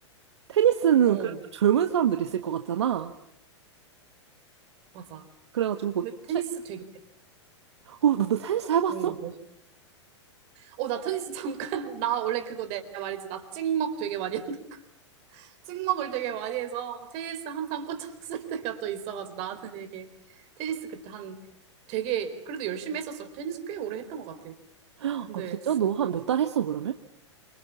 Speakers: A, on the right; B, on the right.
A: 테니스는
B: 어,
A: 그래도 좀 젊은 사람들이 있을 것 같잖아.
B: 맞아.
A: 그래가지고 곧
B: 근데 테니스
A: 최,
B: 되게,
A: 어, 너 텐스 해봤어?
B: 어, 멋- 어, 나 테니스 잠깐, <laughs> 나 원래 그거 내가 말했지. 나 찍먹 되게 많이 한다. 찍먹을 되게 많이 해서 테니스 한참 꽂혔을 <laughs> 때가 또 있어가지고 나는 되게 테니스 그때 한 되게 그래도 열심히 했었어. 테니스 꽤 오래 했던 것 같아.
A: 아,
B: 근데
A: 진짜? 너 한 몇 달 했어, 그러면?